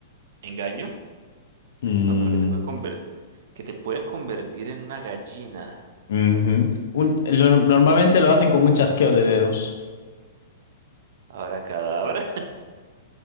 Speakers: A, on the right; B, on the left.
A: ¿Engaño?
B: Mm,
A: No, pero que te puede convertir, que te puede convertir en una gallina.
B: ujú. Un- lo- normalmente lo hacen con un chasqueo de dedos.
A: Ahora cadabra.